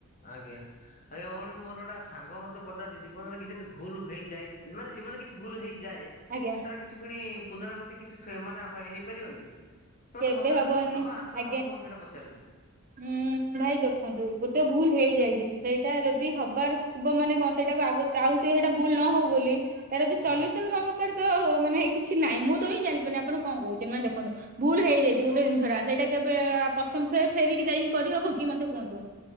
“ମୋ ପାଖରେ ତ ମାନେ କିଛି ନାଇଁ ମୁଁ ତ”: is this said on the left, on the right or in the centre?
Right